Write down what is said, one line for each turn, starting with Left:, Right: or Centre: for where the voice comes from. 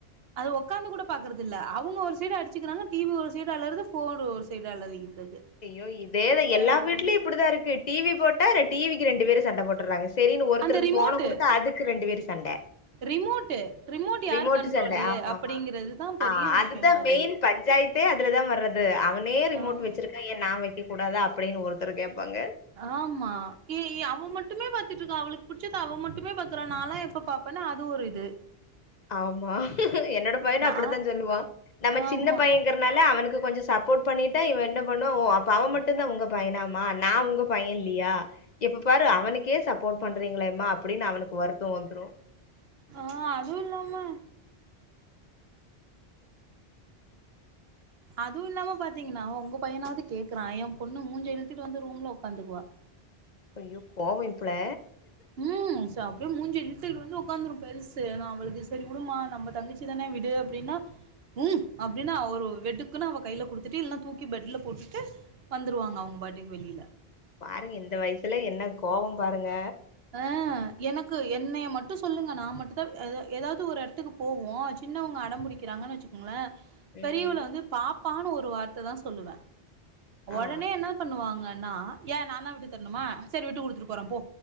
Right: அது உக்காந்து கூட பாக்கறதில்ல அவங்க ஒரு சைடு அடிச்சிக்கிறாங்க டிவி ஒரு சைடு அலருது ஃபோனு ஒரு சைடு அலரிகிட்டு இருக்கு
Left: ஐயோ இதேதா எல்லா
Right: ஆமா
Left: வீட்லயு இப்டிதா இருக்கு டிவி போட்டா டிவிக்கு ரெண்டு பேரு சண்ட போட்டுறாங்க சரின்னு ஒருத்தருக்கு
Right: அந்த ரிமோட்டு
Left: ஃபோனை குடுத்தா அதுக்கு ரெண்டு பேரு சண்ட
Right: ரிமோட்டு
Left: ரிமோட்
Right: யாரு கண்ட்ரோலு
Left: சண்ட ஆமா
Right: அப்படிங்கறதுதா
Left: மா அ
Right: பெரிய
Left: அதுதா
Right: விஷயமா இருக்கு
Left: மெயின் பஞ்சாயத்து தே அதுலதா வர்றது அவனே ரிமோட்
Right: ஆமா
Left: வச்சிருக்கான் ஏன் நான் வைக்க கூடாதா அப்டின்னு ஒருத்தர் கேப்பாங்க
Right: ஆமா ஏ ஏ அவ மட்டுமே பாத்துட்டு இருக்கான் அவளுக்கு புடிச்சது அவ மட்டுமே பாக்குறா நாலா எப்ப பா அப்பனா அது ஒரு இது
Left: ஆமா என்னோட பையனு
Right: நா
Left: அப்டித்தா சொல்லுவா நம்ம
Right: ஆமா
Left: சின்ன பைய இருக்கனால அவனுக்கு கொஞ்சோ சப்போர்ட் பண்ணிட்டா இவன் என்ன பண்ணுவா ஓ அவன் மட்டுதா உங்க பையனாமா நான் உங்க பையன்ல்லியா எப்ப பாரு அவனுக்கே சப்போர்ட் பண்றீங்களேம்மா அப்டின்னு அவனுக்கு வருத்த வந்ரு
Right: அ அதுவு இல்லாம அதுவு இல்லாம பாத்தீங்கன்னா உங்க பையனாவது கேக்குறா என் பொண்ணு மூஞ்ச இலுத்துட்டு வந்து ரூம்ல உக்காந்துக்குவா
Left: ஐயோ கோவம் இப்புள்ள
Right: உம் ச அப்டியே மூஞ்ச இலுத்து வந்து உக்காந்துரும் பெருசு நான் அவளுக்கு சரி விடுமா நம்ம தங்கச்சி சிதான விடு அப்டின்னா ம் அப்டின்னு ஒரு வெடுக்குன்னு அவ கைல கு டுத்துட்டு இல்லன்னா தூக்கி பெட்ல போட்டுட்டு வந்துருவாங்க அவங்க பாட்டுக்கு வெளில
Left: பாருங்க இந்த வயசுல என்ன கோப பாருங்க
Right: அ எனக்கு என்னைய மட்டு சொல்லுங்க நான் மட்டு தான் எதாவது ஒரு இடத்துக்கு போவோம் சின்னவங்க அடம் புடிக்கிறாங்கன் வச்சுக்கோங்களே
Left: ம்
Right: பெரியவல வந்து பாப்பான் ஒரு வார்த்ததா சொல்லுவே உடனே
Left: ஆ
Right: என்ன பண்ணுவாங்க ன்னா ஏ நா தா விட்டு தரணுமா சரி விட்டு குடுத்துட்டு போற போ